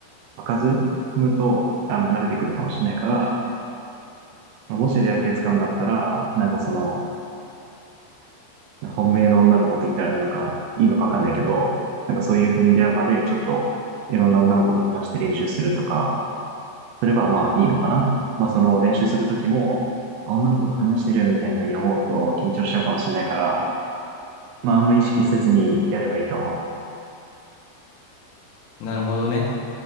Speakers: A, on the right; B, on the left.
A: 場数踏むと、あの、慣れてくるかもしれないから、まあもし出会い系使うんだったら、なんかその、本命の女の子と言ったらなのか、いいのかわかんないけど、なんかそういう子に出会うまで、ちょっと、いろんな女の子と話して練習するとか、すればまあいいのかな。まあその練習するときも、あ女の子と話してるみたいな風に思うと緊張しちゃうかもしれないから、まああんま意識せずにやればいいと思う。
B: なるほどね。